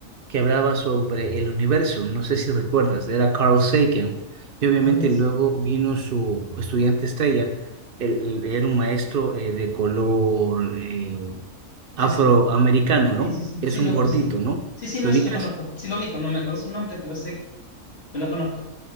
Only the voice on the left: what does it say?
Ah,
sí, sí,
sí, sí, sí,
sí,
loco,
sí, sí.
Sí, sí, no,
sí lo conozco. Sí lo vi, no me acuerdo su nombre, pero sé, pero lo conozco.